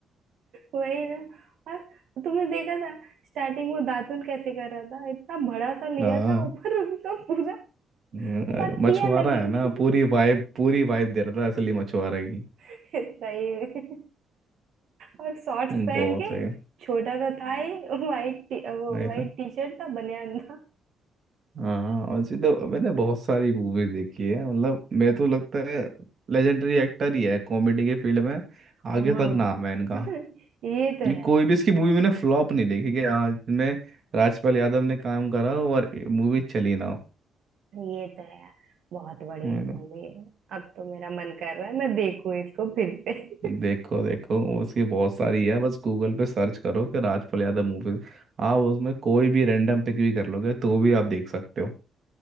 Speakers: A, on the right; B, on the right.
A: वही ना और तुमने देखा था स्टार्टिंग में दातुन कैसे कर रहा था इतना बड़ा सा लिया
B: हाँ
A: था ऊपर उसका पूरा
B: अरे
A: पत्तियां
B: मछुआरा
A: लगी
B: है ना
A: थी
B: पूरी वाइब पूरी वाइब दे रहा था असली मछुआरे की
A: <laughs> सही में और शॉर्ट्स
B: बहुत
A: पहन के
B: है
A: छोटा सा था ही व्हाइट टी, वो
B: नहीं
A: व्हाइट
B: था
A: टी शर्ट था बनियान
B: हाँ और सीधे मैंने बहुत सारी मूवीज देखी है मतलब मेरे तो लगता है लेजेंडरी एक्टर ही है कॉमेडी के फील्ड में आगे
A: हम्म
B: तक नाम है इनका
A: <laughs> ये तो है
B: कि कोई
A: यार,
B: भी इसकी मूवी मैंने फ्लॉप नहीं देखी कि हाँ इसमें राजपाल यादव ने काम करा हो और मूवी चली ना हो
A: ये तो है यार। बहुत बढ़िया
B: वही
A: मूवी
B: ना।
A: है अब तो मेरा मन कर रहा है मैं देखूं इसको फिर से
B: देखो देखो उसकी बहुत सारी है बस गूगल पे सर्च करो कि राजपाल यादव मूवी आप उसमें कोई भी रैंडम पिक भी कर लोगे तो भी आप देख सकते हो